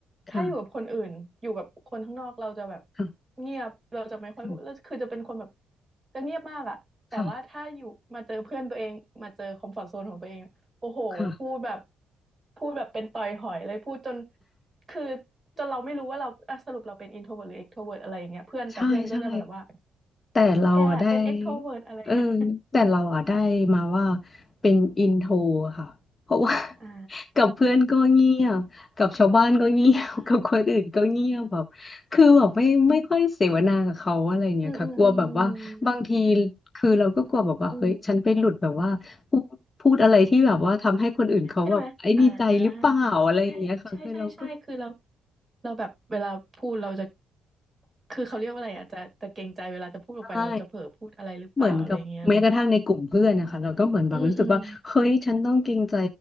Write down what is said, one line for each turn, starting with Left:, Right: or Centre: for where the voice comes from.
Left: ค่ะ
Right: ถ้าอยู่กับคนอื่นอยู่กับคนข้างนอกเราจะแบบ
Left: ค่
Right: เงียบเราจะไม่ค่อยพูดแล้วคือจะเป็นคนแบบ
Left: ะ
Right: จะเงียบมากอะแต่ว่าถ้าอยู่มาเจอเพื่อนตัวเองมาเจอคอมฟอร์
Left: ค่ะ
Right: z โซนของตัวเองโอ้โหพูดแบบ
Left: ค่ะ
Right: พูดแบบเป็นต่อยหอยเลยพูดจนคือจนเราไม่รู้ว่าเราอ่ะสรุปเราเป็นอินโทรเวิร์หรือเอ็กโทรเวิร์อะไรอย่างเงี้ยเพื่อนแต่เพื่อนก็จะแบบว่า
Left: ใช่ใช่แต่เราอะได้
Right: แกเป็นเอ็กโทรเวิร์อะไรเงี้ย
Left: เออแต่เราอะได้มาว่าเป็นอินโทรค่ะเพราะว่า
Right: <laughs>
Left: <laughs>
Right: อ่า
Left: กับเพื่อนก็เงียบกับชาวบ้านก็เงียบ
Right: <laughs> อ่า
Left: <laughs> กับคนอื่นก็เงียบแบบคือแบบไม่ไม่ค่อยเสวนากับเขาอะไรเงี้ยค่ะกลัวแบบว่าบางที
Right: อืมอืมอืม
Left: คือเราก็กลัวแบบว่าเฮ้ยฉันไปหลุดแบบว่าพูดพูดอะไรที่แบบว่าทำให้คนอื่นเขาแบบไอ้นี่ใจหรือเปล่าอะไรอย่างเงี้ยค่ะคือเราก็
Right: อืม ใช่ไหมอ่าใช่ใช่ใช่ใช่คือเราเราแบบเวลาพูดเราจะ คือเขาเรียกว่าอะไรอ่ะจะจะเกรงใจเวลาจะพูดออกไปเราจะเผลอพูดอะไรหรือเปล่าอะไรอย่างเงี้ยเนาะ
Left: ใช่ เหมือนกับแม้กระทั่งในกลุ่มเพื่อนนะคะเราก็เหมือนแบบรู้สึกว่าเฮ้ยฉันต้องเกรงใจ
Right: อืมอืม